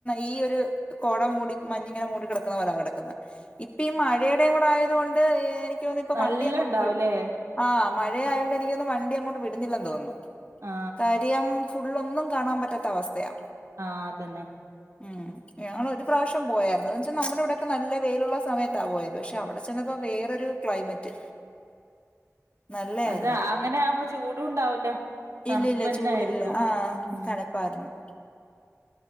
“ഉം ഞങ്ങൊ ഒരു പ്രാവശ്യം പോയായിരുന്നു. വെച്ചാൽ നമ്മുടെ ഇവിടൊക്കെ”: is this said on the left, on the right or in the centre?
Left